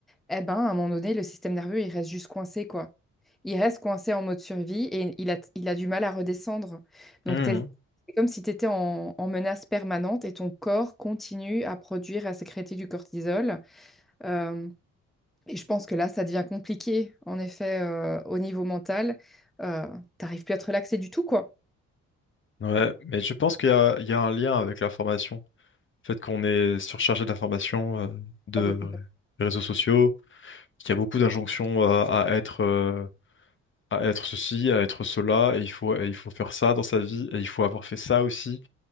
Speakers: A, in the centre; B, on the left.
A: eh ben, à un moment donné, le système nerveux, il reste juste coincé, quoi il reste coincé en mode survie et il a, il a du mal à redescendre. Donc,
B: mhm.
A: t'es- c'est comme si tu étais en, en menace permanente et ton corps continue à produire, à sécréter du cortisol. Euh, et je pense que là, ça devient compliqué, en effet, euh, au niveau mental. Euh, t'arrives plus à te relaxer du tout, quoi.
B: Ouais, mais je pense qu'il y a, il y a un lien avec l'information. Le fait qu'on est surchargé d'informations, euh, de
A: Oh, bah,
B: réseaux sociaux, qu'il y a beaucoup d'injonctions à, à être euh, à être ceci, à être cela, et il faut, et il faut faire ça dans sa vie, et il faut avoir fait ça aussi.